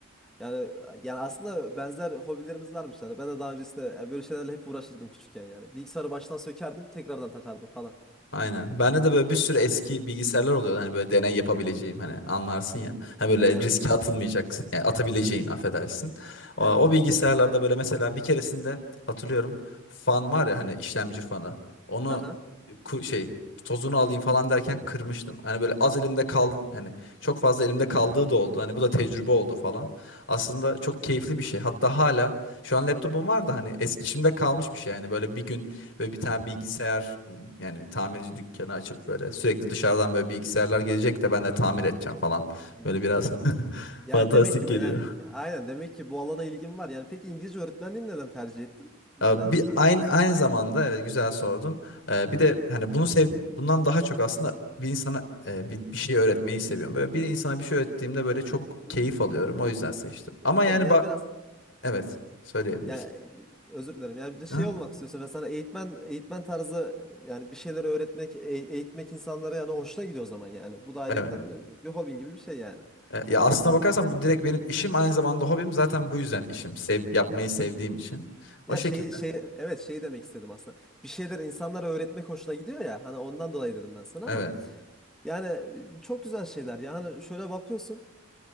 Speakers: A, in the centre; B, on the left.
A: Yani yani aslında benzer hobilerimiz varmış yani. Ben de daha öncesinde yani böyle şeylerle hep uğraşırdım küçükken yani. Bilgisayarı baştan sökerdim, tekrardan takardım falan.
B: Aynen. Bende de böyle bir sürü eski bilgisayarlar oluyor. Hani böyle deney yapabileceğim hani anlarsın
A: Hı
B: ya.
A: hı.
B: Hani böyle
A: Evet,
B: riske atılmayacaksın. Yani atabileceğin affedersin. O,
A: evet.
B: o bilgisayarlarda böyle mesela bir keresinde hatırlıyorum fan var ya hani işlemci fanı. Onu
A: Haha.
B: ku- şey tozunu alayım falan derken kırmıştım. Hani böyle az elimde kal hani çok fazla elimde kaldığı da oldu. Hani bu da tecrübe oldu falan.
A: Hmm.
B: Aslında çok keyifli bir şey. Hatta hala şu an laptopum
A: Hı hı.
B: var da hani eski içimde kalmış bir şey yani böyle bir gün böyle bir tane
A: Hmm.
B: bilgisayar e, yani tamirci dükkanı açıp böyle sürekli dışarıdan böyle bilgisayarlar gelecek de ben de tamir edeceğim falan.
A: Hmm.
B: Böyle biraz <laughs>
A: Yani
B: fantastik
A: demek ki
B: geliyor.
A: ben- yani aynen demek ki bu alana ilgim var. Yani peki İngilizce öğretmenliğini neden tercih ettin? Yani
B: Ee, Bir
A: ha-
B: aynı aynı zamanda evet, güzel sordun. Ee, Bir de hani bunu sev bundan daha çok aslında bir insana e, bir, bir şey öğretmeyi seviyorum. Böyle bir insana bir şey öğrettiğimde böyle çok
A: Hmm.
B: keyif alıyorum. O yüzden seçtim. Ama
A: Anladım.
B: yani
A: Yani
B: bak
A: biraz
B: evet söyleyebilirsin.
A: Yani özür dilerim. Yani bir de şey
B: Hı?
A: olmak istiyorsa ben sana eğitmen eğitmen tarzı yani bir şeyler öğretmek, e- eğitmek insanlara yani hoşuna gidiyor o zaman yani. Bu da ayrıyetten
B: Evet.
A: e, bir hobin gibi bir şey yani
B: E, Ya
A: baktığın
B: aslına
A: zaman.
B: bakarsan bu direkt benim işim aynı zamanda hobim. Zaten bu yüzden işim. Sev, yapmayı sevdiğim için.
A: Ya
B: O şekilde.
A: şey şey evet şey demek istedim aslında. Bir şeyler insanlara öğretmek hoşuna gidiyor ya. Hani ondan dolayı dedim ben sana
B: Evet.
A: ama yani e, çok güzel şeyler. Yani şöyle bakıyorsun